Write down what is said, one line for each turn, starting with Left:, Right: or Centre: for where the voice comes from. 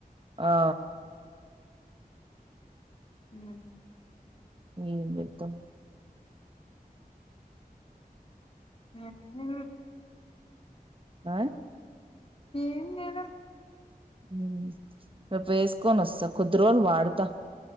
Right: ఆ
Left: అ
Right: ఏం జెత్తం
Left: ఆ <unintelligible>
Right: ఆ
Left: ఏం లేదన్
Right: ఉమ్ రేపేస్కొనొస్తా కొద్ది రోజులు వాడతా